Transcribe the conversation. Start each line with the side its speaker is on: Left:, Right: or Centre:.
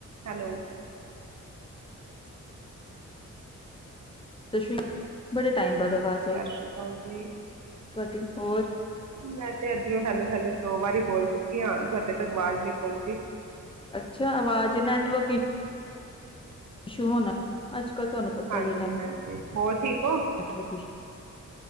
Right: Hello.
Left: ਤੁਸ਼ੀ- ਬੜੇ time ਬਾਅਦ- ਆਵਾਜ਼ ਆਈ
Right: ਸਤ ਸ੍ਰੀ ਕਾਲ ਜੀ।
Left: ਤੁਹਾਡੀ ਹੋਰ
Right: ਮੈਂ ਤੇ ਇਧਰੋਂ ਹੈਲੋ ਹੈਲੋ- ਦੋ ਵਾਰੀ ਬੋਲ ਚੁੱਕੀ ਹਾਂ। ਤੁਹਾਡੇ ਤੱਕ ਆਵਾਜ਼ ਨਹੀਂ ਪਹੁੰਚੀ।
Left: ਅੱਛਾ, ਆਵਾਜ਼ ਨੈਟਵਰਕ ਈ- <unintelligible> ਪਤਾ
Right: ਹਾਂਜੀ-
Left: ਹੀ ਹੈ
Right: ਹਾਂਜੀ ਹੋਰ ਠੀਕ ਹੋ।
Left: ਨੈਟਵਰਕ ਇਸ਼ੂ